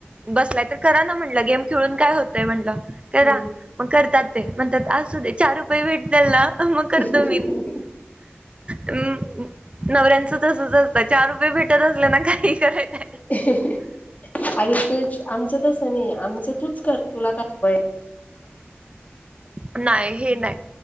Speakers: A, on the right; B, on the left.
A: बसलाय तर करा ना म्हटलं गेम खेळून काय होतय म्हटलं करा.
B: हम्म
A: मग करतात ते म्हणतात आजू दे चार रुपये भेटले ना मग करतो
B: हम्म.
A: मी. म् नवऱ्यांचंच तसच असत चार रुपये भेटत असल्या ना काही करायच.
B: ह <inaudible> आणि ते आमचं तसं नाही आमचं तूच कर तुला काय बाई.
A: नाही हे नाही.